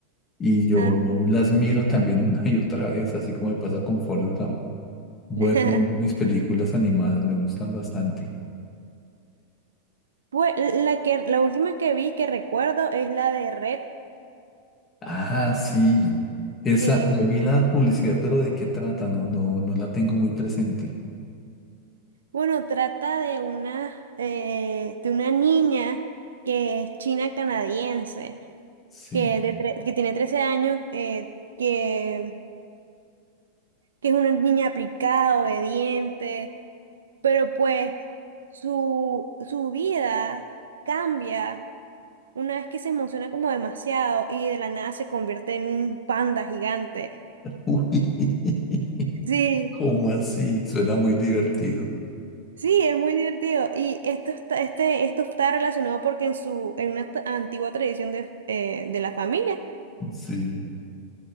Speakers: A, on the left; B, on the right.
A: Y yo
B: Ah,
A: las miro también una y otra vez, así como me pasa con Forrest Gump. Bueno,
B: <laughs>
A: mis películas animadas me gustan bastante.
B: Pues la que, la última que vi que recuerdo es la de Red,
A: Ah, sí. Esa,
B: que
A: yo vi la publicidad, pero ¿de qué trata? No, no, no la tengo muy presente.
B: Bueno, trata de una, eh, de una niña que es china canadiense,
A: Sí.
B: que, de tre- que tiene 13 años, eh, que, que es una niña aplicada, obediente, pero pues su, su vida cambia una vez que se emociona como demasiado y de la nada se convierte en un panda gigante.
A: Uy, <laughs>
B: Sí.
A: ¿cómo así? Suena muy divertido.
B: Sí, es muy divertido. Y esto está, este, esto está relacionado porque en su, en una t- antigua tradición de, eh, de la familia,
A: Sí.